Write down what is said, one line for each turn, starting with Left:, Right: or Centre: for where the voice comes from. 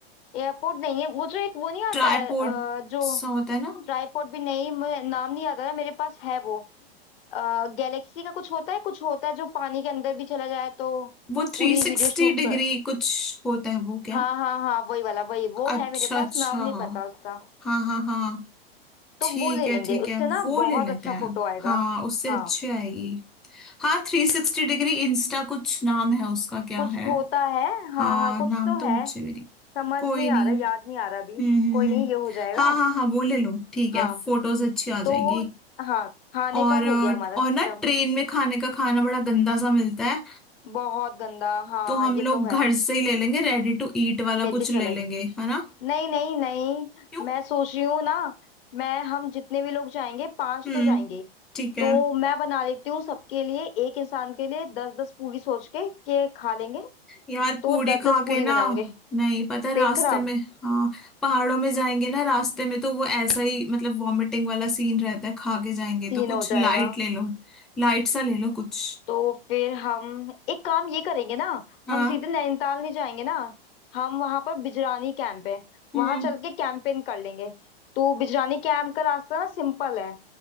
Left: एयरपोर्ट नहीं है वो जो एक वो नहीं आता
Centre: ट्राईपोड
Left: है अ, जो
Centre: सा होता है ना
Left: ट्राईपोर्ट भी नहीं मुझे नाम नहीं आता ना मेरे पास है वो आ, गैलेक्सी का कुछ होता है कुछ होता है जो पानी के अंदर भी चला जाए तो
Centre: वो थ्री
Left: पूरी
Centre: सिक्सटी
Left: वीडियो शूट
Centre: डिग्री
Left: कर
Centre: कुछ होता है वो क्या
Left: हाँ हाँ हाँ वही वाला वही वो
Centre: अच्छा
Left: है मेरे पास
Centre: अच्छा
Left: नाम नहीं पता उसका
Centre: हाँ हाँ हाँ
Left: तो
Centre: ठीक
Left: वो ले
Centre: है
Left: लेंगे
Centre: ठीक
Left: उससे
Centre: है
Left: ना
Centre: वो
Left: बहुत
Centre: ले लेते
Left: अच्छा
Centre: हैं
Left: फोटो आएगा
Centre: हाँ उससे
Left: हाँ
Centre: अच्छी आएगी हाँ थ्री सिक्सटी डिग्री इंस्टा कुछ नाम है उसका क्या
Left: कुछ
Centre: है
Left: होता है हाँ
Centre: हाँ
Left: हाँ कुछ
Centre: नाम
Left: तो
Centre: तो
Left: है
Centre: मुझे भी नहीं
Left: समझ
Centre: कोई
Left: नहीं
Centre: नहीं
Left: आ रहा याद नहीं आ रहा
Centre: हम्म
Left: अभी
Centre: हम्म
Left: कोई
Centre: हम्म।
Left: नहीं ये हो जाएगा
Centre: हाँ हाँ हाँ वो ले लो ठीक
Left: हाँ
Centre: है फोटोज अच्छी आ जाएंगी
Left: तो हाँ खाने
Centre: और
Left: का
Centre: अ,
Left: हो गया हमारा सिस्टम
Centre: और ना ट्रेन में खाने का खाना बड़ा गंदा सा मिलता है
Left: बहुत गंदा हाँ
Centre: तो हम
Left: ये
Centre: लोग
Left: तो है
Centre: घर से ही ले लेंगे रेडी टू ईट वाला
Left: लेके
Centre: कुछ
Left: चलेंगे
Centre: ले लेंगे है ना
Left: नहीं नहीं नहीं
Centre: क्यों
Left: मैं सोच रही हूँ ना मैं हम जितने भी लोग जाएंगे पांच
Centre: हम्म
Left: तो जाएंगे
Centre: ठीक है
Left: तो मैं बना लेती हूँ सबके लिए एक इंसान के लिए दस दस पूरी सोच के के खा लेंगे
Centre: यार
Left: तो
Centre: पूड़ी
Left: दस
Centre: खा
Left: दस पूरी
Centre: के ना
Left: बनाऊंगे
Centre: नहीं पता है,
Left: पेट
Centre: रास्ते
Left: खराब
Centre: में हाँ पहाड़ों में जाएंगे ना रास्ते में तो वो ऐसा ही मतलब वॉमिटिंग वाला सीन रहता है खा के जाएंगे
Left: तीन
Centre: तो कुछ
Left: हो जाएगा
Centre: लाइट ले लो लाइट सा ले लो कुछ
Left: तो फिर हम एक काम ये करेंगे ना
Centre: हाँ
Left: हम सीधे नैनीताल नहीं जाएंगे ना हम वहां पर बिजरानी कैंप है
Centre: हम्म
Left: वहां चल के कैंपेन कर लेंगे तो बिजरानी कैंप का रास्ता ना सिंपल है